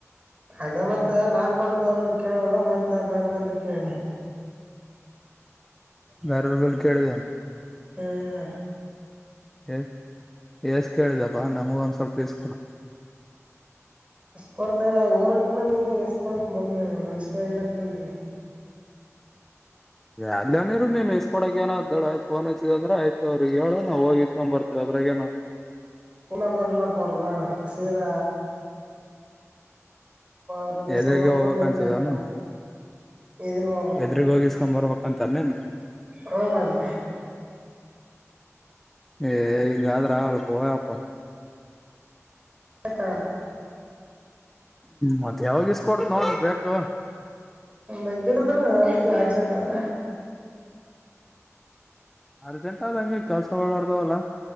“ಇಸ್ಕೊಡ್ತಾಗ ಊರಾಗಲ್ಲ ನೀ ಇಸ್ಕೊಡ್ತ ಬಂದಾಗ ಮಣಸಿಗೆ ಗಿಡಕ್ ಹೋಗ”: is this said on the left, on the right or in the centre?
Right